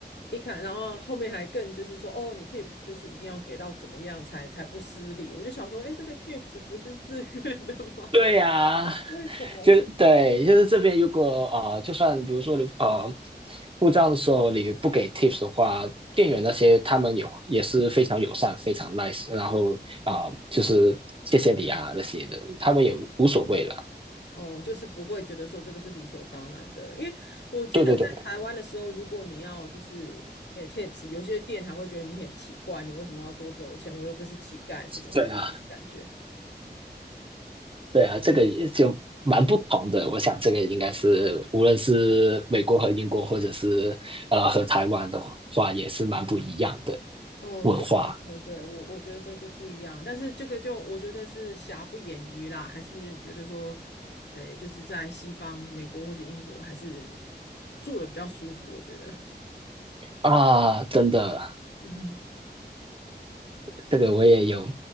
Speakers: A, on the left; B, on the right.
A: 一看，然后后面还更就是说哦，你 tips 就是一定要给到怎么样才才不失礼。我就想说，哎，这个 tips 不是自愿的吗？
B: <laughs> 对呀、
A: <laughs> 为什么？
B: 就对，就是这边如果呃，就算比如说你呃，付账的时候你不给 tips 的话，店员那些他们也也是非常友善、
A: 嗯，
B: 非常 nice，然后啊、呃就是谢谢你啊那些的，他们也无所谓了。
A: 哦，就是不会觉得说这个是理所当然的，因为我记得在台湾的时候，
B: 对对对，
A: 如果你要就是给 tips，有些店还会觉得你很奇怪，你为什么要多给我钱？我又不是乞丐，什么什么那种感觉。
B: 对啊，
A: 对，
B: 对啊，这个也就蛮不同的。我想这个应该是无论是美国和英国，或者是呃和台湾的话，也是蛮不一样的
A: 哦，
B: 文化
A: 对对对对，我我觉得这就不一样，但是这个就我觉得是瑕不掩瑜啦，还是觉得说，呃，就是在西方美国或是英国还是住的比较舒服，我觉得，
B: 啊，真的。
A: <laughs> 嗯哼
B: 这个我也有